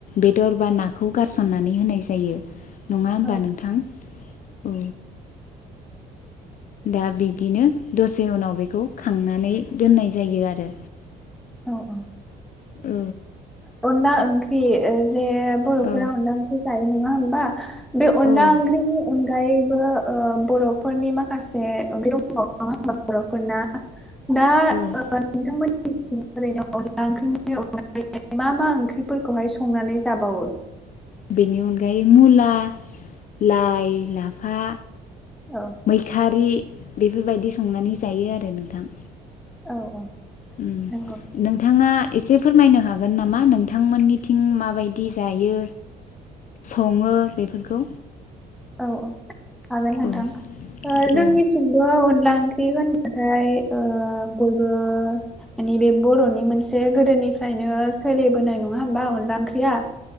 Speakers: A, on the left; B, in the centre.
A: बेदर बा नाखौ गारसननानै होनाय जायो। नङा होमबा
B: औ
A: नोंथां औ। दा बिदिनो दसे उनाव बेखौ खांनानै दोननाय जायो आरो।
B: औ औ।
A: औ।
B: अनला ओंख्रि जे बर'फोरा
A: औ
B: अनला ओंख्रि जायो नङा होमबा बे अनला
A: औ
B: ओंख्रिनि अनगायैबो ओ बर'फोरनि माखासे ओंख्रि दंबावो <unintelligible> बर'फोरना दा
A: औ
B: ओ नोंथांमोननिथिं ओरैनो अनला ओंख्रिनि अन मा मा ओंख्रिफोरखौहाय संनानै जाबावो?
A: बेनि अनगायै मुला, लाइ, लाफा
B: औ
A: मैखारि बेफोरबायदि संनानै जायो आरो नोंथां।
B: औ औ
A: उम
B: नंगौ
A: नोंथाङा एसे फोरमायनो हागोन नामा नोंथांमोननिथिं माबायदि जायो? सङो बेफोरखौ।
B: औ औ हागोन नोंथां
A: औ
B: ओ जोंनिथिं
A: औ
B: थिंबो अनला ओंख्रि होनबाथाय ओ बयबो मानि बे बर'नि मोनसे गोदोनिफ्रायनो सोलिबोनाय नङा होमबा अनला ओंख्रिया